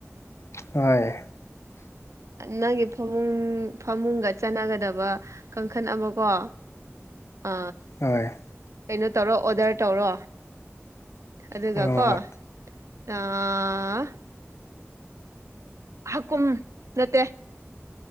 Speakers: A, on the left; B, on the right.
A: ꯍꯣꯏ
B: ꯅꯪꯒꯤ ꯐꯃꯨꯡ ꯐꯃꯨꯡꯒ ꯆꯟꯅꯒꯗꯕ ꯀꯥꯡꯈꯜ ꯑꯃꯀꯣ ꯑ
A: ꯍꯣꯏ
B: ꯀꯩꯅꯣ ꯇꯧꯔꯣ ꯑꯣꯗꯔ ꯇꯧꯔꯣ ꯑꯗꯨꯒꯀꯣ
A: ꯑꯣ
B: ꯑꯥ ꯍꯀꯨꯝ ꯅꯠꯇꯦ